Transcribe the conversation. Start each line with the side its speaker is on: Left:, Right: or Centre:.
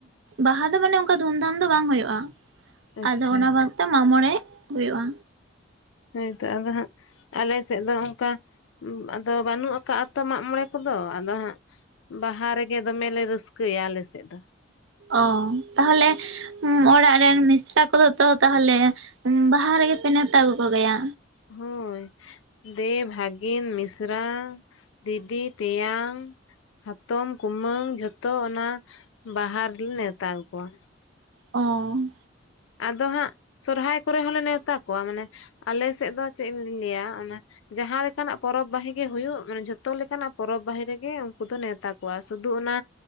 Right: ᱵᱟᱦᱟ ᱫᱚ ᱢᱟᱱᱮ ᱚᱱᱠᱟ ᱫᱷᱩᱢᱼᱫᱷᱟᱢ ᱫᱚ ᱵᱟᱝ ᱦᱩᱭᱩᱜᱼᱟ,
Left: ᱟᱪᱪᱷᱟ
Right: ᱟᱫᱚ ᱚᱱᱟ ᱵᱚᱱᱩᱛᱮ ᱢᱟᱸᱜ ᱢᱚᱬᱮ ᱦᱩᱭᱩᱜᱼᱟ᱾
Left: ᱦᱤᱛ ᱛᱚ ᱟᱫᱚ ᱦᱟᱸᱜ ᱟᱞᱮ ᱥᱮᱡ ᱫᱚ ᱚᱱᱠᱟ ᱟᱫᱚ ᱵᱟᱱᱩᱜ ᱟᱠᱟᱜ ᱟᱛᱚ ᱢᱟᱜ ᱢᱚᱬᱮ ᱠᱚᱫᱚ ᱟᱫᱚ ᱦᱟᱸᱜ ᱵᱟᱦᱟ ᱨᱮᱜᱮ ᱫᱚᱢᱮ ᱞᱮ ᱨᱟᱹᱥᱠᱟᱹᱭᱟ ᱟᱞᱮᱥᱮᱜ ᱫᱚ᱾
Right: ᱚ ᱛᱟᱦᱞᱮ ᱩᱸᱻ ᱚᱲᱟᱜ ᱨᱮᱱ ᱢᱤᱥᱨᱟ ᱠᱚᱫᱚ ᱛᱚ ᱛᱟᱦᱞᱮ ᱵᱟᱦᱟ ᱨᱮᱜᱮᱯᱮ ᱱᱮᱣᱛᱟ ᱟᱹᱜᱩ ᱠᱚᱜᱮᱭᱟ?
Left: ᱦᱳᱭ᱾ ᱫᱮ ᱵᱷᱟᱜᱤᱱ, ᱢᱤᱥᱨᱟ, ᱫᱤᱫᱤ, ᱛᱮᱭᱟᱝ ᱦᱟᱛᱚᱢ, ᱠᱩᱢᱟᱹᱝ ᱡᱷᱚᱛᱚ ᱚᱱᱟ ᱵᱟᱦᱟ ᱨᱮ ᱱᱮᱣᱛᱟ ᱟᱜᱩ ᱠᱚᱣᱟ᱾
Right: ᱚᱻ
Left: ᱟᱫᱚ ᱦᱟᱸᱜ ᱥᱚᱨᱦᱟᱭ ᱠᱩᱨᱮ ᱦᱚᱸᱞᱮ ᱱᱮᱣᱛᱟ ᱠᱚᱣᱟ, ᱢᱟᱱᱮ ᱟᱞᱮ ᱥᱮᱡ ᱫᱚ ᱪᱮᱜ ᱤᱧ ᱞᱟᱹᱭᱟ ᱚᱱᱟ ᱡᱟᱦᱟᱸ ᱞᱮᱠᱟᱱᱟᱜ ᱯᱚᱨᱚᱵ ᱵᱟᱦᱤ ᱜᱮ ᱦᱩᱭᱩᱜ ᱢᱟᱱᱮ ᱡᱷᱚᱛᱚ ᱞᱮᱠᱟᱱᱟ ᱯᱚᱨᱚᱵ ᱵᱟᱹᱦᱤ ᱨᱮᱜᱮ ᱩᱱᱠᱩ ᱫᱚ ᱱᱮᱣᱛᱟ ᱠᱚᱣᱟ ᱥᱩᱫᱩ ᱚᱱᱟ